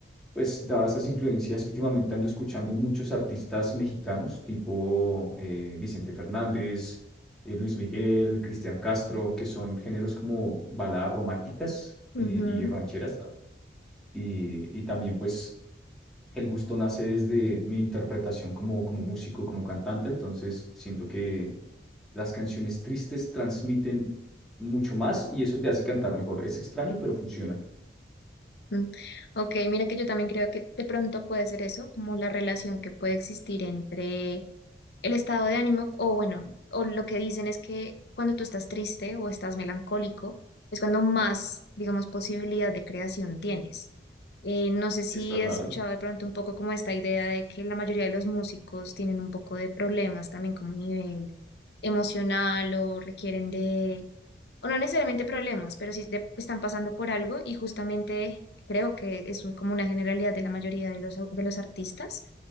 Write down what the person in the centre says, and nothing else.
Pues dadas esas influencias, últimamente ando escuchando muchos artistas mexicanos, tipo eh, Vicente Fernández, eh, Luis Miguel, Cristian Castro, que son géneros como baladas románticas
eh, y rancheras, ¿no? Y, y también pues el gusto nace desde mi interpretación como, como músico, como cantante, entonces siento que las canciones tristes transmiten mucho más y eso te hace cantar mejor. Es extraño, pero funciona.
Es verdad.